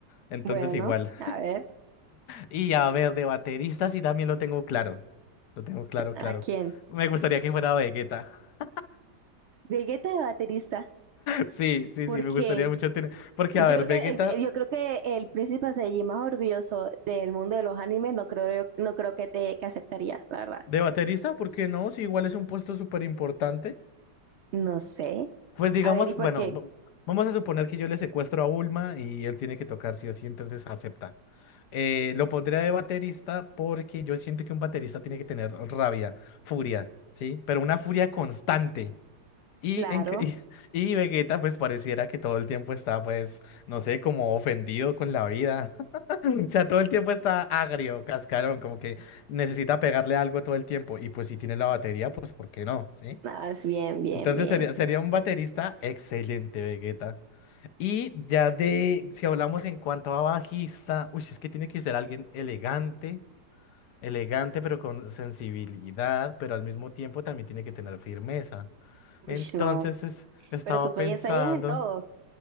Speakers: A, on the left; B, on the right.
A: Entonces,
B: Bueno,
A: igual.
B: a ver,
A: Y a ver, de baterista sí también lo tengo claro. Lo tengo claro,
B: ¿a
A: claro.
B: quién?
A: Me gustaría que fuera Vegeta. <laughs>
B: Vegeta de baterista,
A: Sí, sí,
B: ¿por
A: sí, me
B: qué?
A: gustaría mucho tener. Porque,
B: Yo
A: a ver,
B: creo
A: Vegeta
B: que el, el- yo creo que el príncipe Saiyajin más orgulloso del mundo de los animes, no creo, no creo que te que aceptaría, la verdad.
A: de baterista, ¿por qué no? Si igual es un puesto súper importante.
B: No sé.
A: Pues digamos,
B: A ver, ¿y por
A: bueno,
B: qué?
A: va- vamos a suponer que yo le secuestro a Bulma y él tiene que tocar sí o sí, entonces acepta. Eh, lo pondría de baterista porque yo siento que un baterista tiene que tener rabia, furia, ¿sí? Pero una furia constante. Y,
B: Claro,
A: en, que- <laughs> y, Vegeta pues pareciera que todo el tiempo está pues, no sé, como ofendido con la vida. <laughs> O sea, todo el tiempo está agrio, cascarón, como que necesita pegarle algo todo el tiempo. Y pues si tiene la batería, pues ¿por qué no? ¿Sí?
B: nada, es bien, bien,
A: Entonces
B: bien.
A: sería, sería un baterista excelente, Vegeta. Y ya de, si hablamos en cuanto a bajista, uy, es que tiene que ser alguien elegante elegante, pero con sensibilidad, pero al mismo tiempo también tiene que tener firmeza.
B: Uy,
A: Entonces
B: no.
A: es- estaba
B: Pero tú piensas
A: pensando,
B: ahí es en todo.